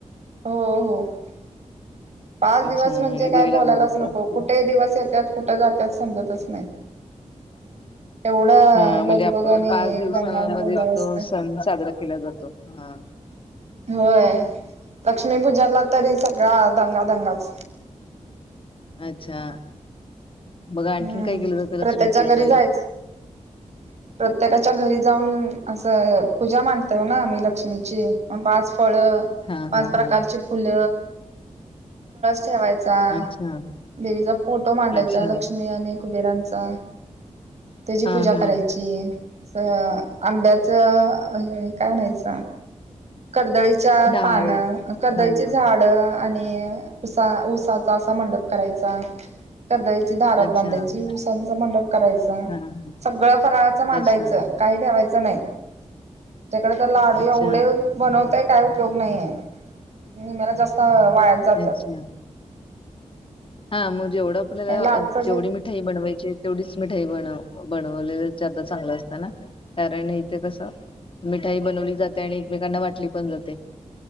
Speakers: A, on the right (about 60°); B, on the left (about 45°).
A: हो हो <inaudible> पाच दिवस
B: अच्छा
A: म्हणजे
B: आणि
A: काय
B: दिवे
A: बोलायलाच
B: लावले जातात
A: नको? कुठे दिवस येतात? कुठ जातात? समजतच नाहीत? एवढं
B: हा म्हणजे
A: लगबग
B: पाच
A: आणि
B: दिवसामध्ये
A: एकदम लावून गोंधळ असतय
B: तो सण साजरा केला जातो. हा..
A: व्हय.. लक्ष्मीपूजनला तरी सगळा दंगा दंगाच.
B: अच्छा.. बघा आणखीन
A: हम्म
B: काय केलं जातं
A: प्रत्येच्या
B: लक्ष्मी पूजनाला?
A: घरी जायच <inaudible> प्रत्येकाच्या घरी जाऊन अस.. पूजा मांडतोय ना आम्ही घरी पाच फळ
B: हा
A: पाच,
B: हा
A: प्रकारची
B: हा
A: फुल ठेवायचा.
B: अच्छा
A: देवीचा फोटो मांडायचा
B: अच्छा
A: लक्ष्मी कुबेरांचा त्याची
B: हा
A: पूजा
B: हा
A: करायची. अस आंब्याच हे काय म्हणायच कर्दळी च्या
B: डहाळे
A: पानं, कर्दळीची
B: हा हा
A: झाड आणि उसा.. उसाचा असा मंडप करायचा. कर्दळीची दारात
B: अच्छा
A: बांधायची.
B: हा
A: ऊसांचा मंडप करायचा.
B: हा
A: सगळं फराळाचं मांडायचं.
B: अच्छा
A: काय ठेवायच- नाही? त्याकडे तर लाडू एवढे
B: अच्छा
A: बनवताय. काय उपयोग नाहीये? मला जास्त वायाच जातात.
B: अच्छा हा.. म जेवढं आपल्याला
A: लाडूच जे
B: जेवढी मिठाई बनवायचीये तेवढीच मि बन बनवलेलं ज्यादा चांगलं असत. ना कारण इथे कसं मिठाई बनवली जाते आणि एकमेकांना वाटली पण जाते